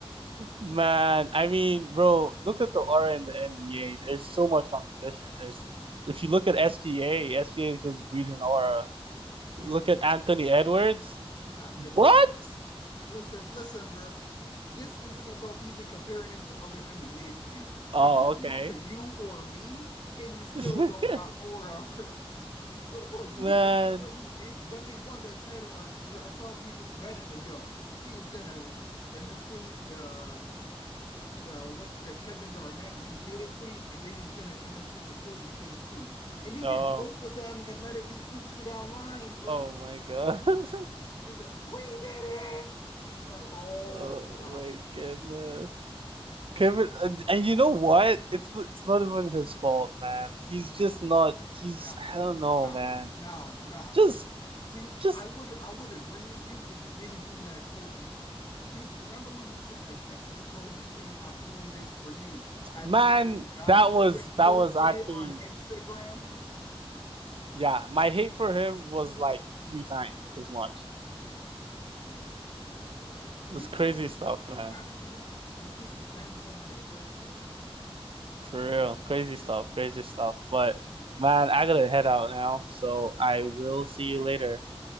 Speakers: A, on the right; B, on the left.
A: Man, I mean, bro, look at the aura in the NBA. There's so much competition. There's if you look at SGA, SGA is just breathing aura.
B: No, no, no,
A: Look
B: no,
A: at
B: no,
A: Anthony
B: nah,
A: Edwards.
B: nah. Because
A: What?
B: listen, Listen, listen, bro. This isn't about even comparing him to other NBA players.
A: Oh,
B: Compare
A: okay.
B: him to you or me, and he still
A: <laughs>
B: don't got aura, bro. <laughs> Look, bro, did
A: Man.
B: you forget what he did when they won that title last year? I saw people betting like, yo, he is gonna imitate the the what the Kevin Garnett we did it thing, and then he's gonna imitate the Kobe thing too. And he
A: Oh.
B: did both of them and let it be posted online, bro.
A: Oh my God. <laughs>
B: He's like, we did it. Oh, oh,
A: Oh
B: wow,
A: my goodness. Kevin, and and you know what? It's it's not even his fault, man. He's just not. He's
B: Nah,
A: I don't know,
B: nah,
A: man.
B: nah, nah.
A: Just
B: See, see,
A: just
B: I would I would agree with you if he didn't do that Kobe thing. He's remember when he sent a text to Kobe saying, I'm doing this for you after
A: man,
B: Kobe died,
A: that was
B: then
A: that
B: posted
A: was actually
B: it on Instagram.
A: yeah, my hate for him was like three times as much.
B: Bro, bro, bro. Like, you
A: It's crazy
B: can't defend
A: stuff,
B: bro
A: man.
B: after that. You can't defend someone that does that.
A: For real. Crazy stuff. Crazy stuff. But man, I gotta head out now. So I
B: Oh
A: will
B: man, that's
A: see
B: crazy.
A: you later.